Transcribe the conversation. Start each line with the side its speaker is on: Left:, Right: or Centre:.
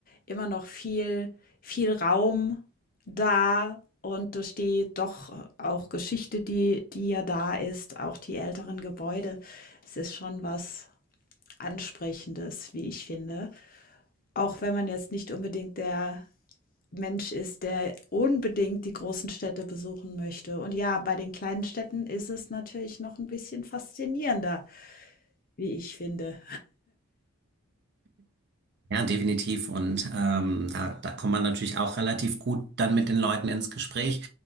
Left: immer noch viel, viel Raum da und durch die doch auch Geschichte, die, die ja da ist, auch die älteren Gebäude, es ist schon was Ansprechendes, wie ich finde. Auch wenn man jetzt nicht unbedingt der Mensch ist, der unbedingt die großen Städte besuchen möchte. Und ja, bei den kleinen Städten ist es natürlich noch ein bisschen faszinierender, wie ich finde.
Right: Ja, definitiv. Und ähm, da, da kommt man natürlich auch relativ gut dann mit den Leuten ins Gespräch.